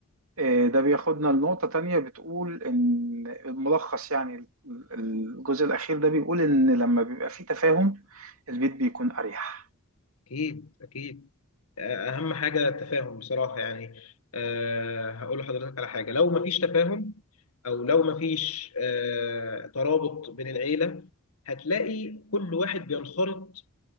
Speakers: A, on the right (about 70°); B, on the left (about 80°).
A: آه، ده بياخدنا لنقطة تانية بتقول إن الملخص يعني ال- الجزء الأخير ده بيقول إن لما بيبقى فيه تفاهم البيت بيكون أريح
B: أكيد أكيد أهم حاجة التفاهم بصراحة يعني أه هقول لحضرتك على حاجة لو مفيش تفاهم أو لو مفيش أه ترابط بين العيلة هتلاقي كل واحد بينخرط